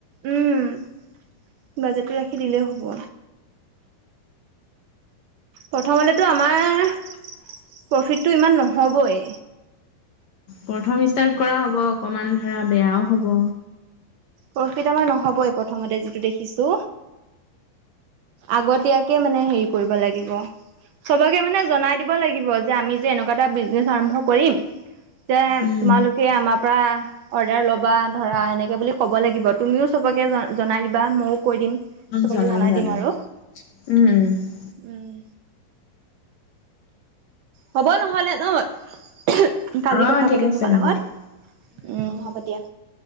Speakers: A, on the right; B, on the left.
A: উম বাজেটটো ৰাখি দিলেইও হ'ব। প্ৰথমতেতো আমাৰ প্ৰফিটটো ইমান নহ'বই
B: প্ৰথম ষ্টাৰ্ট কৰা হ'ব অকমান ধৰা বেয়াও হ'ব।
A: প্ৰফিত আমাৰ নহ'বই প্ৰথমতে যিটো দেখিছো। আগতীয়াকে মানে হেৰি কৰিব লাগিব। সবকে মানে জনাই দিব লাগিব যে আমি যে এনেকুৱা এটা বিজনেচ আৰম্ভ কৰিম এতিয়া
B: অ
A: তোমালোকে আমাৰ পৰা অৰ্ডাৰ ল'বা ধৰা এনেকে বুলি ক'ব লাগিব তুমিও চবকে জনাই দিবা মোক কৈ দিম চবকে
B: জনাম
A: জনাই
B: জনাম
A: দিম আৰু,
B: উম উম
A: উম হ'ব নহলে ন কালি
B: অ
A: কথা
B: ঠিক
A: পাতিম
B: আছে
A: তোমাৰ
B: হ'ব
A: লগত,
B: দিয়া
A: উম হ'ব দিয়া